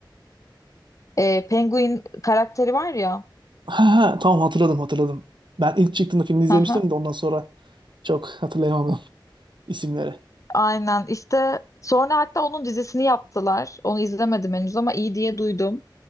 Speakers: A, on the left (about 40°); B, on the right (about 70°).
A: E, Penguin karakteri var ya.
B: Ha, ha, tamam hatırladım hatırladım. Ben ilk çıktığında filmi izlemiştim
A: Hı hı.
B: de ondan sonra çok hatırlayamadım <laughs> isimleri.
A: Aynen işte sonra hatta onun dizisini yaptılar. Onu izlemedim henüz ama iyi diye duydum.